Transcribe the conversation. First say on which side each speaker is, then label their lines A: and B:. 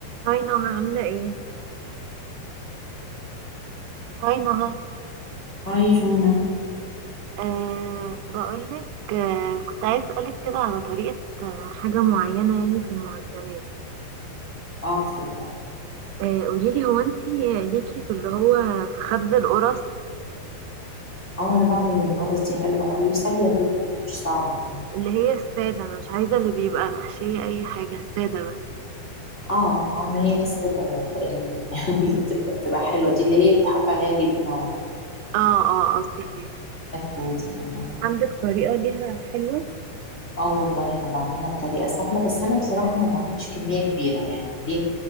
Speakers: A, on the right; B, on the left.
A: هاي نهى عاملة ايه؟ هاي نهى
B: هاي جونا
A: أه بقولك أه كنت عايز أسألك كده على طريقة آه، حاجة معينة يعني في المعجنات
B: اه اتفضلي
A: أه قوليلي هو انتي ليكي في اللي هو في خبز القرص
B: اه انا بعمل القرص دي حلوة قوي وسهلة جدا مش صعبة يعني
A: اللي هي السادة أنا مش عايزة اللي بيبقى محشية أي حاجة السادة بس
B: اه اه ما هي السادة تقريبا <laughs> يعني اللي بتبقى بتبقى حلوة دي اللي هي بتحط عليها جبنة و...
A: اه اه آه، قصدي ايه؟
B: وحاجات من دي اه
A: عندك طريقة ليها حلوة؟
B: آه والله انا بعملها بطريقة سهلة بس انا بصراحة ما بعملش كمية كبيرة يعني ليه